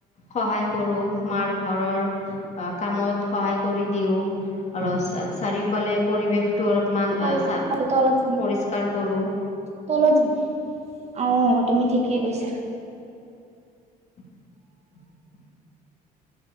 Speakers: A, on the left; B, on the right.
A: সহায় কৰো মাৰ ঘৰৰ কামত সহায় কৰি দিও অলপ চাৰিওফালে পৰিৱেশ টো অলপমান
B: ভাল
A: চা
B: পালে তলত যাম
A: পৰিষ্কাৰ কৰো।
B: তলত যাম আহ তুমি ঠিকে কৈছা
A: <unintelligible>